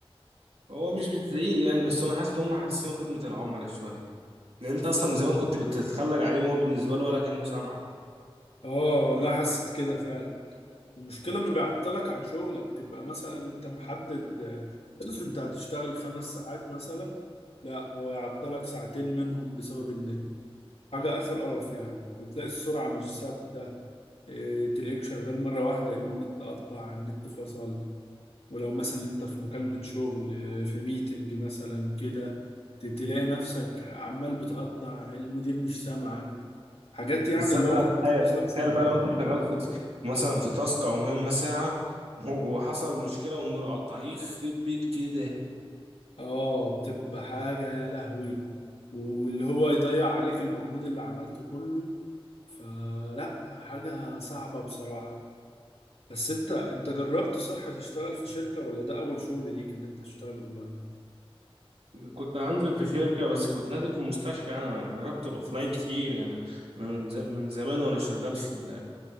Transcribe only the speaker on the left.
اه والله
حسيت كده فعلا المشكله انه بيعطلك عن شغلك تبقى مثلا انت محدد آه، <clears throat> انت هتشتغل خمس ساعات مثلا لا هو يعطلك ساعتين منهم بسبب النت حاجه اخر قرف يعني وتلاقي السرعه مش ثابته إيه، تلاقيك شغال مرة واحدة يقول النت قطع النت فصل ولو مثلا انت في مكالمة شغل إيه، في ميتنج مثلا كده ت- تلاقي نفسك عمال بتقطع المدير مش سامعك حاجات يعني
اللي
هو ممكن
تبوظ لك شغل
اه بتبقى حاجة يا لهوي واللي هو يضيع عليك المجهود اللي عملته كله فلا حاجة صعبة بصراحة بس انت انت جربت صح تشتغل في شركة ولا ده اول شغل ليك ان انت تشتغل اونلاين